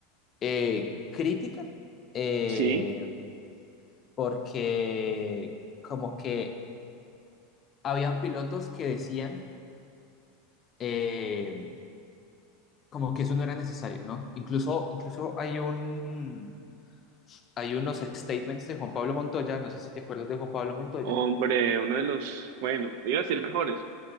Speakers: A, on the left; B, on the right.
A: Eh, crítica, eh,
B: sí.
A: porque como que habían pilotos que decían eh, como que eso no era necesario, ¿no? Incluso, incluso hay un, hay unos statements de Juan Pablo Montoya, no sé si te acuerdas de Juan Pablo Montoya.
B: Hombre, uno de los, bueno, iba a decir mejores,